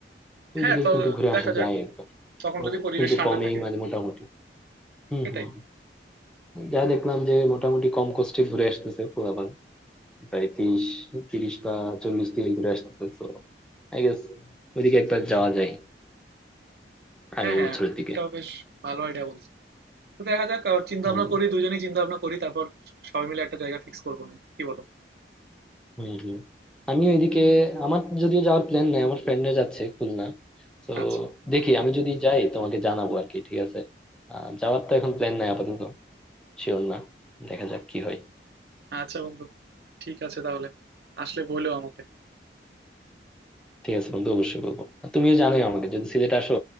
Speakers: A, in the centre; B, on the right.
A: ওইদিকে
B: হ্যাঁ তো
A: কিন্তু ঘুরে
B: দেখা
A: আসা
B: যাক
A: যায় একবার
B: তখন
A: Cost
B: যদি পরিবেশ
A: কিন্তু
B: ঠান্ডা
A: কমেই
B: থাকে
A: মানে মোটামুটি হম
B: সেটাই
A: হম যা দেখলাম যে মোটামুটি কম কষ্টে ঘুরে আসতেছে পোলাপান প্রায় তিরিশ তিরিশ বা চল্লিশ দিয়ে ঘুরে আসতেছে তো আই গেস ওইদিকে একবার যাওয়া যায় আগামী
B: হ্যাঁ, হ্যাঁ।
A: বছরের দিকে
B: এটাও বেশ ভালো আইডিয়া বলছো। তো দেখা যাক আ চিন্তা
A: হম
B: ভাবনা করি, দুজনেই চিন্তা ভাবনা করি। তারপর সবাই মিলে একটা জায়গা ফিক্স করবো নে। কি বলো?
A: হম হম আমিও এদিকে আমার যদিও যাওয়ার প্ল্যান নাই আমার ফ্রেন্ডরা যাচ্ছে খুলনা তো
B: আচ্ছা,
A: দেখি আমি যদি যাই তোমাকে জানাবো আর কি ঠিক আছে আহ যাওয়ার তো এখন প্ল্যান নাই আপাতত শিওর না দেখা যাক কি হয়
B: আচ্ছা বন্ধু। ঠিক আছে তাহলে। আসলে বইলো আমাকে।
A: ঠিক আছে বন্ধু অবশ্যই বলবো আর তুমিও জানোই আমাকে যদি সিলেট আসো